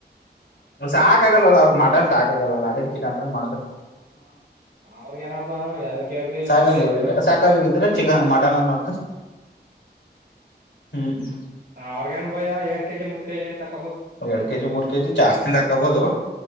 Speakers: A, on the left (about 85°); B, on the right (about 70°).
A: ಸಾಕ ಆಗಲ್ವಾಲ್ಲ ಅವ್ರಗ್ ಮಟನ್ ಸಾಕ ಆಗಲ್ವಾಲ್ಲ ಅದಕ್ಕೆ ಚಿಕನ್ ತಂದ್ ಮಾಡ್ಕೋ
B: ಅವ್ರಗ ಏನಪ್ಪಾನು ಎದಕ್ಕೆ ಎರಡ್ ಕೆಜಿ
A: ಸಾಕಾಗಿ
B: ಮೂರ್ ಕೆಜಿ ತಕೋಬಹುದು
A: ಸಾಕಾಗಿಂದ್ರೆ ಚಿಕನ್ ಮಟನ್ ಅದ್ ಮಾಡಕ ಹ್ಮ್
B: ಅವರಿಗೇನ್ ಬಾಯ ಎರಡ್ ಕೆಜಿ ಮೂರ್ ಕೆಜಿ ನೆ ತಕ್
A: ಎರಡ್ ಕೆಜಿ ಮೂರ್ ಕೆಜಿ ಜಾಸ್ತಿಂದ ತಾಕೊಬೋದು